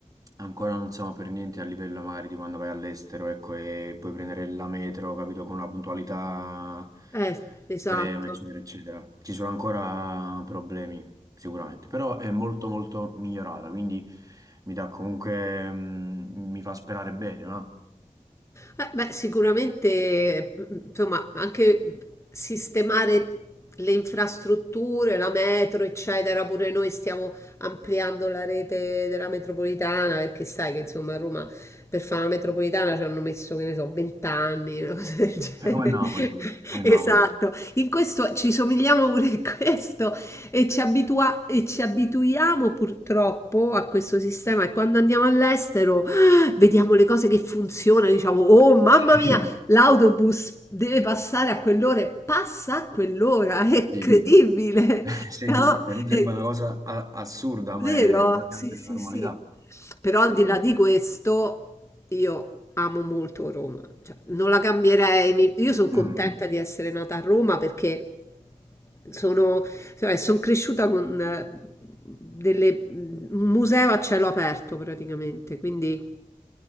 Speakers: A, on the right; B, on the left.
A: ancora non siamo per niente a livello magari di quando vai all'estero, ecco, e puoi prendere la metro, capito, con una puntualità
B: Eh, esatto.
A: estrema, eccetera, eccetera. Ci sono ancora problemi sicuramente, però è molto molto migliorata, quindi mi dà comunque, mm, mi fa sperare bene, no?
B: Eh, beh, sicuramente, mm, insomma, anche sistemare le infrastrutture, la metro, eccetera, pure noi stiamo ampliando la rete della metropolitana, perché sai che insomma a Roma per fare la metropolitana ci hanno messo, che ne so, 20 anni, una cosa del genere.
A: È come Napoli,
B: <laughs>
A: come
B: Esatto,
A: Napoli.
B: in questo ci somigliamo pure in questo e ci abitua- e ci abituiamo purtroppo a questo sistema e quando andiamo all'estero vediamo le cose che funzionano, diciamo, oh mamma
A: Sì,
B: mia, l'autobus deve passare a quell'ora e passa a quell'ora, è
A: sì,
B: incredibile,
A: <laughs> Sì,
B: no?
A: per me sembra
B: È
A: una cosa a- assurda, ma
B: vero?
A: è praticamente
B: Sì, sì,
A: la normalità.
B: sì. Però
A: Assolutamente.
B: al di là di questo, io amo molto Roma, cioè, non la cambierei, mi- io sono contenta
A: Mm.
B: di essere nata a Roma perché sono, cioè, son cresciuta con... eh, delle- un museo a cielo aperto praticamente, quindi